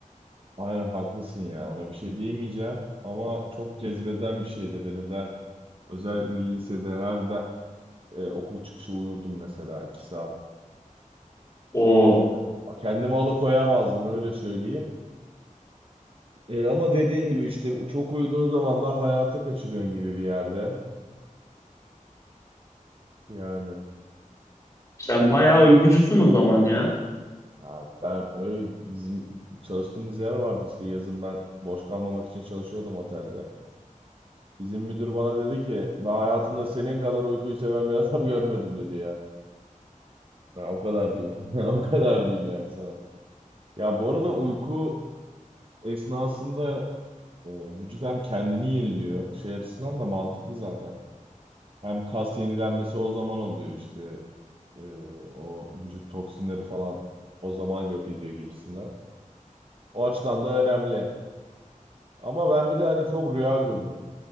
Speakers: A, on the right; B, on the left.
A: aynen haklısın ya. Ona bir şey diyemeyeceğim. Ama çok cezbeden bir şey de beni. Ben Özellikle lisede her de, e, okul çıkışı uyurdum mesela iki saat.
B: Oo,
A: Yani kendimi alıkoyamazdım öyle söyleyeyim. E, ama dediğin gibi işte çok uyuduğun zaman da hayatı kaçırıyorsun gibi bir yerde. Yani
B: sen bayağı uykucusun
A: a-
B: o zaman ya.
A: ya ben öyle bizim çalıştığımız yer vardı işte yazın ben boş kalmamak için çalışıyordum otelde. Bizim müdür bana dedi ki ben hayatımda senin kadar uykuyu seven bir <laughs> adam görmedim dedi ya. Ben o kadar diyeyim. <laughs> Ben o kadar diyeyim yani sana. Ya bu arada uyku esnasında Ee, vücut hem kendini yeniliyor. Şey açısından da mantıklı zaten. Hem kas yenilenmesi o zaman oluyor işte. Ee, o vücut toksinleri falan o zaman yok ediyor gibisinden. O açıdan da önemli. Ama ben bir de hani çok rüya görürüm.